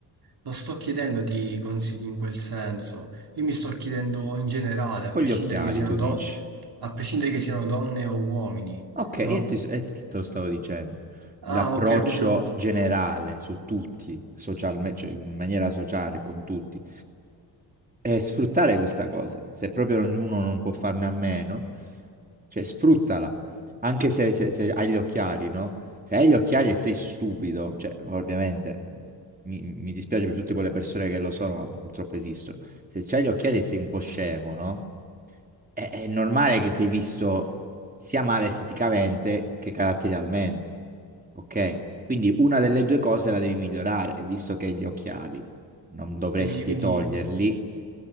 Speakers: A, on the right (about 55°); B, on the right (about 20°).
A: non sto chiedendoti consigli in quel senso. Io mi sto chiedendo in generale, a
B: con
A: prescindere
B: gli occhiali
A: che siano,
B: tu
A: do-
B: dici.
A: a prescindere che siano donne o uomini,
B: Ok,
A: no?
B: io ti- eh, te lo stavo dicendo.
A: Ah,
B: L'approccio
A: ok, proprio
B: generale su tutti, socialmente, cioè in maniera sociale con tutti e sfruttare questa cosa. Se proprio ognuno non può farne a meno, cioè sfruttala. Anche se, se- se hai gli occhiali, no? Se hai gli occhiali e sei stupido, cioè ovviamente mi, mi dispiace per tutte quelle persone che lo sono, ma purtroppo esistono. Se hai gli occhiali e sei un po' scemo, no? È, è normale che sei visto sia male esteticamente che caratterialmente, ok? Quindi una delle due cose la devi migliorare, e visto che hai gli occhiali non dovresti
A: dici, quindi
B: toglierli